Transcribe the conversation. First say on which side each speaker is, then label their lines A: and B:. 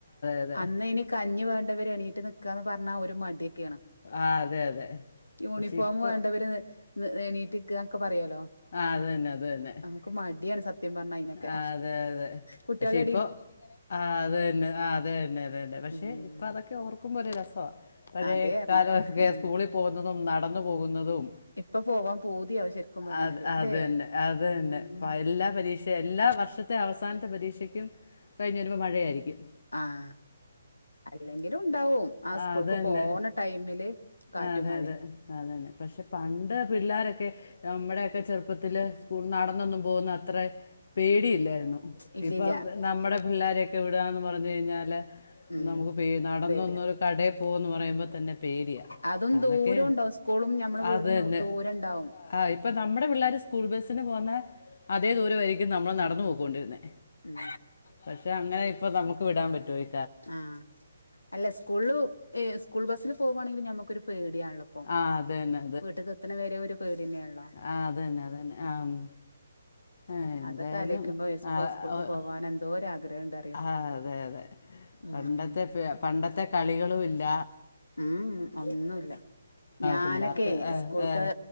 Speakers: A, on the left; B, on the left.
A: അതെ
B: അന്നയ്ന് കഞ്ഞിവേണ്ടവര് എണീറ്റ്നിക്കാന്ന് പർഞ്ഞാ ഒരു മട്യെക്കേണ്.
A: ആഹ് അതെ അതെ.
B: യൂണിഫോമ്
A: പക്ഷെ ഇപ്പൊ
B: വേണ്ടവര് എണീറ്റ് നിക്കാന്നൊക്കെ പറയോലോ.
A: ആ അത് തന്നെ അത് തന്നെ
B: ക്ക് മട്യാണ് സത്യം പർഞ്ഞാ അയ്നൊക്കെ.
A: ആ അതെ അതെ
B: കുട്ട്യാള്
A: പക്ഷെ ഇപ്പൊ ആഹ് അത് തന്നെ ആഹ് അത് തന്നെ അത് തന്നെ. പക്ഷെ
B: ഉം
A: ഇപ്പൊ അതൊക്കെ ഓർക്കുമ്പൊ ഒരു രസവാ. പഴേ
B: അതേർന്ന്
A: കാലവൊക്കെ
B: ഉം
A: സ്കൂളി പോകുന്നതും നടന്നു പോകുന്നതും
B: ഇപ്പൊ പോവാൻ പൂതിയാവും ശരിക്കും പറഞ്ഞാല്
A: അത് അത്
B: ല്ലേ
A: തന്നെ അത് തന്നെ.
B: ഉം
A: പയ് എല്ലാ പരീക്ഷേ എല്ലാ വർഷത്തെ അവസാനത്തെ പരീക്ഷയ്ക്കും കഴിഞ്ഞു വരുമ്പൊ മഴയായിരിയ്ക്കും.
B: ആഹ് അല്ലെങ്കിലും ഉണ്ടാവും, ആ സ്കൂൾക്ക്
A: അതന്നെ
B: പോണ ടൈമില് കാറ്റും
A: അതെ
B: മഴിം.
A: അതെ അതന്നെ. പക്ഷെ പണ്ട് പിള്ളാരൊക്കെ നമ്മുടെയൊക്കെ ചെറുപ്പത്തില് സ്കൂള് നടന്നൊന്നും പോകുന്ന അത്രെ പേടിയില്ലായിരുന്നു.
B: ഇല്ലില്ല
A: ഇപ്പം നമ്മുടെ പിള്ളാരെയൊക്കെ വിടാന്ന് പറഞ്ഞ് കഴിഞ്ഞാല്
B: ഉം
A: നമുക്ക് പേ നടന്നൊന്നൊരു
B: പേടിയാ
A: കടേ പോ ന്ന് പറയുമ്പത് ത്തന്നെ പേടിയാ.
B: അതും
A: അന്നൊക്കെ
B: ദൂരം ഉണ്ടാവും സ്കൂളും ഞമ്മളെ വീടും
A: അത് തന്നെ
B: ദൂരം ഉണ്ടാവും
A: ആഹ് ഇ ഇപ്പൊ നമ്മുടെ പിള്ളേര് സ്കൂൾ ബസിന് പോവുന്ന അതേ ദൂരവായിരിക്കും നമ്മൾ നടന്ന പോക്കൊണ്ടിരുന്നേ
B: ഉം
A: പക്ഷെ അങ്ങനെ ഇപ്പൊ നമുക്ക് വിടാൻ പറ്റുവൊയ്
B: ആഹ് അല്ല സ്കൂള് ഏഹ് സ്കൂൾ ബസില് പോവാണെങ്കി ഞമ്മുക്കൊരു പേടിയണല്ലോപോ
A: ആതന്നെ
B: വീട്ട്ക്ക് എത്തണവരെ ഒരു പേടി യെന്നെയള്ളോ
A: ആഹ് അതന്നെ അതന്നെ ആഹ് ഏഹ് എന്തായാലും
B: അതൊക്കെ ആലോയിക്കുമ്പോ ഇപ്പൊ
A: ആഹ്
B: സ്കൂൾക്ക് പോവാൻ എന്തോ ഒരു ആഗ്രഹണ്ട് അറിയ
A: ആഹ് അതെ അതെ
B: ഉം
A: പണ്ടത്തെ പണ്ടത്തെ കളികളുല്ല
B: ഉം ഒന്നുല്ല ഞാനൊക്കെ
A: പിള്ളേർക്ക് ആ,
B: സ്കൂൾക്കെ
A: ആ,